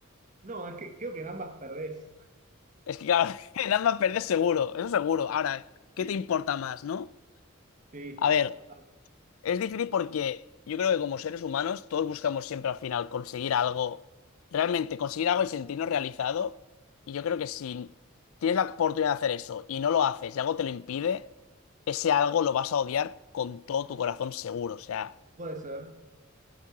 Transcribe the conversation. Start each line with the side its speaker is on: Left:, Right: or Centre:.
Right: No, es que creo que en ambas perdés.
Left: Es que claro, <laughs> en ambas perder seguro, eso seguro. Ahora, ¿qué
Right: <laughs>
Left: te importa más, no?
Right: Sí,
Left: A ver,
Right: total.
Left: Es difícil porque yo creo que como seres humanos todos buscamos siempre al final conseguir algo, realmente conseguir algo y sentirnos realizado. Y yo creo que si tienes la oportunidad de hacer eso y no lo haces y algo te lo impide, ese algo lo vas a odiar con todo tu corazón seguro. O sea,
Right: Puede ser,